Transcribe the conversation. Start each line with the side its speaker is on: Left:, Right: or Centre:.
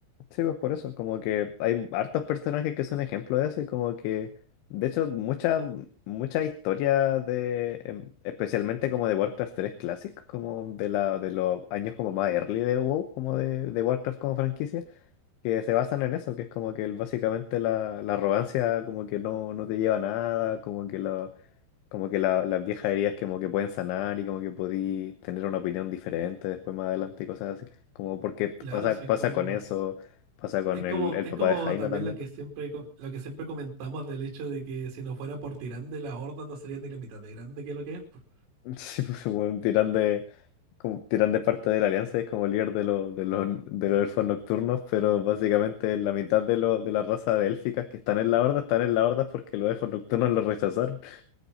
Left: Sí, pues por eso, como que hay hartos personajes que son ejemplo de eso y como que, de hecho, muchas
Right: Como,
Left: muchas historias de, em, especialmente como de Warcraft 3 Classic, como de la de los años como más early de WoW, como de, de Warcraft como franquicia, que se basan en eso, que es como que el- básicamente la, la arrogancia como que no, no te lleva a nada, como que la, como que la- las viejas heridas como que pueden sanar y como que podí tener una opinión diferente después más adelante y cosas así. Como porque pasa,
Right: claro, sí, es
Left: pasa
Right: como...
Left: con eso, pasa con
Right: Es como,
Left: el, el
Right: es
Left: papá
Right: como
Left: de Jaina
Right: también
Left: también.
Right: lo que siempre, co- lo que siempre comentamos del hecho de que si no fuera por Tirande la Horda no sería ni la mitad de grande que lo que es. po.
Left: <laughs> Sí, pues bueno, tiran de, como, tiran de parte de la Alianza, es como líder de los, de los, de los elfos nocturnos, pero básicamente la mitad de, los de la raza de élficas que están en la horda, están en la horda porque los elfos nocturnos los rechazaron.